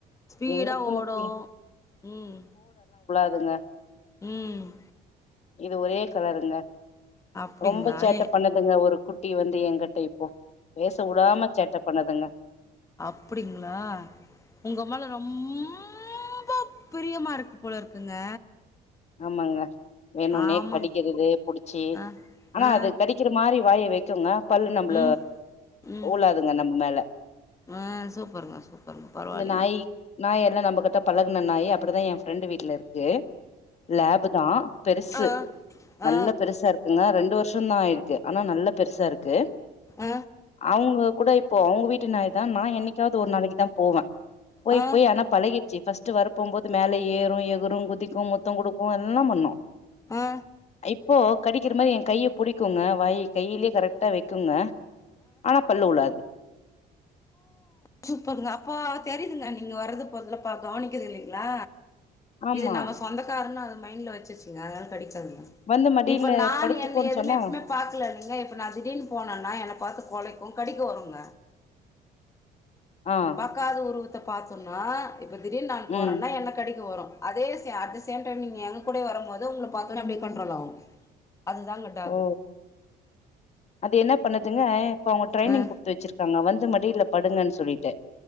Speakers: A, on the left (about 20°); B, on the left (about 40°).
A: ஸ்பீடா
B: எங்க பூனைக்கு
A: ஓடு ம்
B: இதுங்க
A: ம்
B: இது ஒரே கலருங்க
A: அப்டிங்களா
B: ரொம்ப சேட்ட
A: ஏ
B: பண்ணுதுங்க ஒரு குட் ட்டி வந்து ஏங்கட்ட இப்போ பேச வுடாம சேட்ட பண்ணுதுங்க
A: அப்டிங்ளா உங்க மேல ரொம் அவ்ளோ பிரியமா இருக்கு போல இருக்குங்க
B: ம்மாங்க வேணுனே
A: ஆமாங்
B: கடிக்கிறது புடிச்சி
A: ஆ
B: ஆனா
A: ஆ
B: அது கடிக்கிற மாரி வாய வைக்குங்க பல்லு நம்ள
A: ம் ம்
B: உழாதுங்க நம்மு மேல
A: ஆ சூப்பருங்க சூப்பரு பரவா
B: இந்த
A: இல்லிங்க
B: நாய் நாய் எல்லா நம்ம கிட்ட பழகுன நாயி அப்பிடிதா என் ஃப்ரெண்டு் வீட்ல இருக்கு லேபு தா பெருசு
A: ஆ ஆ
B: நல்ல
A: ஆ
B: பெருசா இரு இதுங்க ரெண்டு வர்ஷோந்தா ஆய்ர்க்கு ஆனா நல்ல பெருசா இருக்கு
A: அ
B: அவுங்க கூட இப்போ அவுங்க வீட்டு நாய் தா நா என்னைக்காவ்து ஒரு நாளைக்கு தா போவ போய்
A: ஆ
B: போய் ஆனா பழகிட்ச்சு ஃபஸ்ட்டு வரபோம்போது மேல ஏறு எகுறு குதிக்கு முத் தோ குடுக்கு எல்லா பண்ணு
A: ஆ ஆ
B: இப்போ கடிகிற மாரி என் கைய புடிக்குங்க வாய் கையிலே கரெக்டா வெக்குங்க ஆனா பல்லு உழாது
A: சூப்பர்ங்க அப்போ தெரிதுங்க நீங்க வரது போறதுலா பா கவனிக்கிது இல்லைங்ளா
B: ஆமா
A: இது நம்ம சொந்தக்காருன் அது மைண்ட்ல வச்சிருச்சுங்க அதுனால கடிக்காதுங்க
B: வந்து மடியில
A: இப்ப நான்
B: படுத்துக்கோன்னு
A: என்ன எதுன்
B: சொன்னா
A: எப்மே பாக்குல இல்ல இப்ப நா திடீர்ன் போனானா என்ன பாத்து கொலை கு கடிக்க வருங்க
B: ஆ
A: பாக்காத உருவத்த பாத்தோன்னா இப்ப திடீர்ன் நான் போறன்னா
B: ம்
A: என்ன கடிக்கு வரு அதே சே அட் த சேம் டைம் நீங்க எங்க கூடே வரமோது உங்ள பாத்தோனே அப்டியே கண்ட்ரோல் ஆகு நல்ல டாகு
B: ஓ அது என்ன பண்ணுதுங்க இப்ப அவுங்க ட்ரைனிங்
A: ஆ
B: குடுத்து வச்சிருக்காங்க வந்து மடிட்ல படுங்கன் சொல்லிட்டு